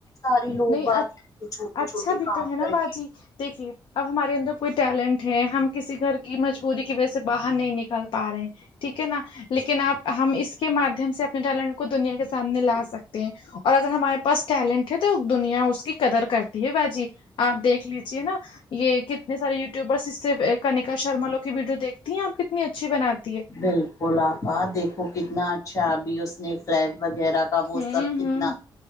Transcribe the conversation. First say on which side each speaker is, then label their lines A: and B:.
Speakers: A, on the left; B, on the left.
A: سارے لوگ
B: نہیں
A: باگ چھوٹے
B: اچھا
A: چھوٹے
B: بھی
A: کام
B: تو ہے نا
A: کر
B: باجی
A: کے
B: دیکھیے اب ہمارے اندر کوئی ٹیلنٹ ہے ہم کسی گھر کی مجبوری کی وجہ سے باہر نہیں نکل پا رہے ہیں ٹھیک ہے نا لیکن آپ ہم اس کے مادھیم سے اپنے ٹیلنٹ کو دنیا کے سامنے لا سکتے ہیں اور اگر ہمارے پاس ٹیلنٹ ہے تو دنیا اس کی قدر کرتی ہے با جی آپ دیکھ لیجیے نا یہ کتنے سارے یوٹیوبرس اس سے کنیکا شرما لوگ کی ویڈیو دیکھتی ہیں آپ کتنی اچھی بناتی ہے
A: بالکل آپا دیکھو کتنا اچھا ابھی اس نے فلیٹ وغیرہ کا وہ
B: ہوں
A: سب کتنا
B: ہوں